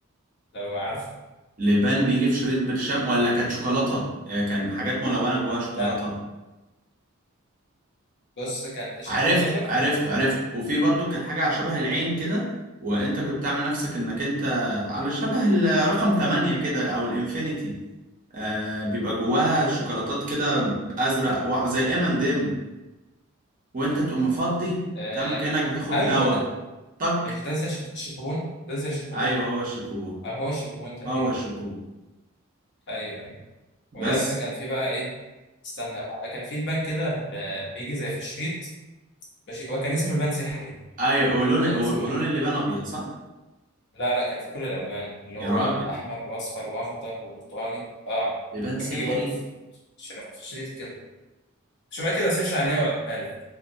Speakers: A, on the left (about 55°); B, on the right (about 40°).
A: لو عارفه
B: لبان بيجي في شريط برشام ولا كانت شوكولاتة آه، كان حاجات ملونة جواها شوكولاتة
A: لا بص كان شيكوبون
B: عرفته
A: قصدك
B: عرفته عرفته وفي برضو كانت حاجة على شبه العين كده وانت كنت تعمل نفسك انك انت على شبه الرقم 8 كده او الانفينيتي آه بيبقى جواها شوكولاتات كده ازرق وأح- زي ام اند ام وانت تقوم مفضي
A: آه.
B: تعمل كأنك بتاخد
A: ايوه
B: دواء
A: ده
B: طك
A: مش ده زي شيك- شيكوبون ده زي شيكوبون
B: ايوه هو الشيكوبو
A: او هو شيك بوينت تقريبا
B: هو الشيكوبو
A: ايوه ايوه ويا
B: بس
A: اسطى كان في بقى ايه استنى بقى كان في البان كده ب- بيجي زي في الشريط ماشي هو كان اسمه البان سحري
B: ايوه ولون
A: كان
B: و-
A: اسمه
B: ولون اللبان ابيض صح
A: لا لا كان في كل الالوان اللي
B: يا
A: هو
B: راجل
A: احمر واصفر واخضر وبرتقاني اه
B: لبان
A: كان
B: سحري
A: بيجي برضه في شر- في شريط كده مش بقى كده سيرش عليها واجيبها لك